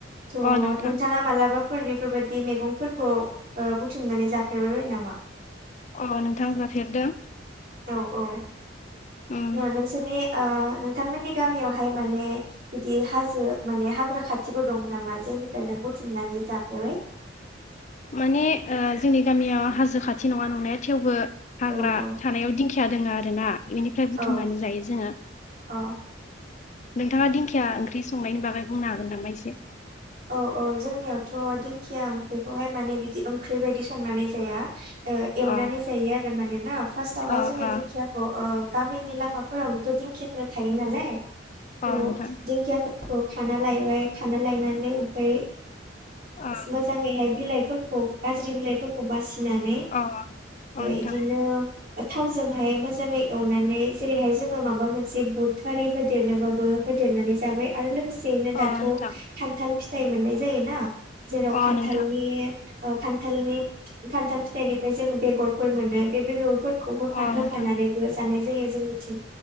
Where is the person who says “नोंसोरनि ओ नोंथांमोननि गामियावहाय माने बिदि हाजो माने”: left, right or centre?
Right